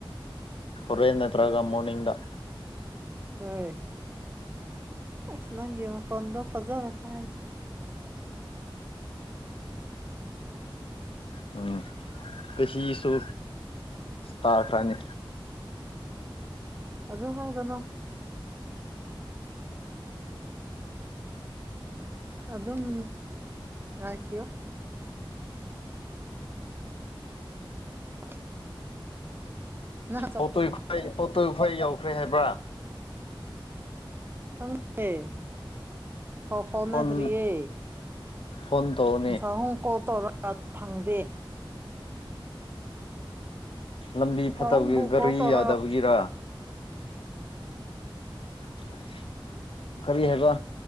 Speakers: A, on the left; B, on the right.
A: ꯍꯣꯔꯦꯟ ꯅꯠꯇ꯭ꯔꯒ ꯃꯣꯔꯅꯤꯡꯗ
B: ꯍ ꯑꯁ ꯅꯪꯒꯤ ꯃꯈꯣꯟꯗꯣ ꯐꯖꯅꯇꯥꯗ
A: ꯎꯝ ꯆꯍꯤꯁꯨ ꯇꯥꯈ꯭ꯔꯅꯤ
B: ꯑꯗꯨ ꯍꯥꯏꯒꯅꯣ ꯑꯗꯨꯝ ꯉꯥꯏꯈꯤꯌꯣ <unintelligible> ꯅꯪ ꯆꯠꯄ
A: ꯑꯣꯇꯣꯏ
B: ꯃꯥꯜꯂꯦꯗ
A: ꯈ꯭ꯋꯥꯏ <unintelligible> ꯈ꯭ꯋꯥꯏ ꯌꯥꯎꯈ꯭ꯔꯦ ꯍꯥꯏꯕ꯭ꯔꯥ
B: ꯈꯪꯗꯦ ꯄꯥꯎ ꯐꯥꯎꯅꯗ꯭ꯔꯤꯌꯦ
A: ꯐꯣꯟ ꯐꯣꯟ ꯇꯧꯋꯣ
B: ꯁꯥꯍꯨꯝ ꯀꯣꯜ ꯇꯧꯔ ꯐꯪꯗꯦ
A: ꯂꯝꯕꯤ
B: ꯄꯥꯕꯨꯡꯕꯨ
A: ꯐꯠꯇꯕꯒꯤ ꯒꯥꯔꯤ
B: ꯀꯣꯜ ꯇꯧꯔꯒ
A: ꯌꯥꯗꯕꯒꯤꯔ <unintelligible> ꯀꯔꯤ ꯍꯥꯏꯕ